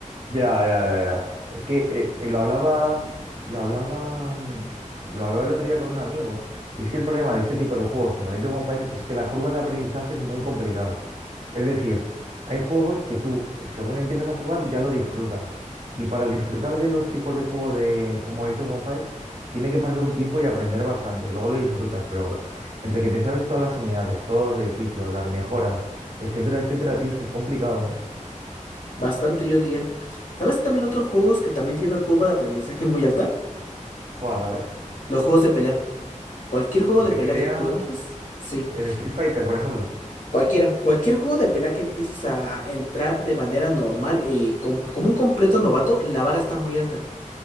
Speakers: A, on the right; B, on the left.
A: Ya, ya, ya, ya. Es que eh, y lo hablaba, lo hablaba, mm, lo hablaba el otro día con un amigo, y es que el problema de ese tipo de juegos, como el Age of Empires, es que la curva de aprendizaje es muy complicada. Es decir, hay juegos que tú, eh, según empiezas a jugar, ya lo disfrutas. Y para disfrutar de los tipos de juegos de como Age of Empires, tiene que pasar un tiempo y aprender bastante. Luego lo disfrutas, pero entre que te sabes todas las unidades, todos los edificios, las mejoras, etcétera, etcétera, tío, es que es complicado, ¿eh?
B: bastante yo diría. ¿Sabes también otros juegos que también tienen una curva de aprendizaje muy alta?
A: Cuál, a ver,
B: Los juegos de pelea. Cualquier juego
A: vez.
B: de
A: De
B: pelea
A: pelea.
B: que tú entres, sí.
A: El Street Fighter, por ejemplo.
B: Cualquiera, cualquier juego de pelea que empieces a entrar de manera normal y com- como un completo novato, la vara está muy alta.